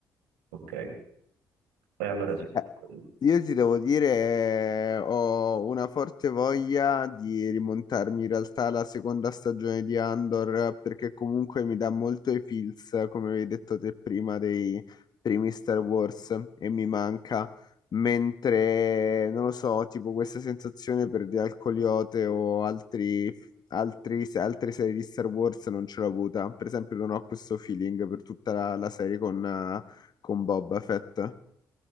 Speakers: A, on the right; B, on the left.
A: Ok, e allora sì.
B: Eh,
A: quello.
B: Io ti devo dire, eh, ho una forte voglia di rimontarmi in realtà alla seconda stagione di Andor, eh, perché comunque mi dà molto i feels, eh, come avevi detto te prima, dei primi Star Wars e mi manca. Mentre, non lo so, tipo questa sensazione per The Alcoliote o altri, altri- altre serie di Star Wars non ce l'ho avuta. Per esempio, non ho questo feeling per tutta la, la serie con, eh, con Boba Fett.